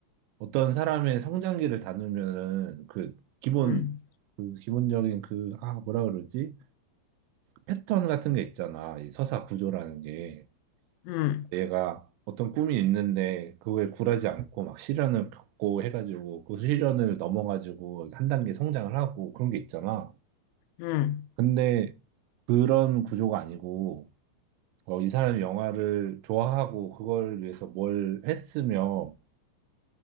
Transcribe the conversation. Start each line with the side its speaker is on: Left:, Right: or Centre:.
Right: 어떤 사람의 성장기를 다루면은 그 기본
Left: 응,
Right: 그 기본적인 그 아 뭐라 그러지? 패턴 같은 게 있잖아. 이 서사 구조라는 게
Left: 응,
Right: 얘가 어떤 꿈이 있는데 그거에 굴하지 않고 막 시련을 겪고 해가지고 그 시련을 넘어가지고 한 단계 성장을 하고 그런 게 있잖아.
Left: 응.
Right: 근데 그런 구조가 아니고 어, 이 사람이 영화를 좋아하고 그걸 위해서 뭘 했으며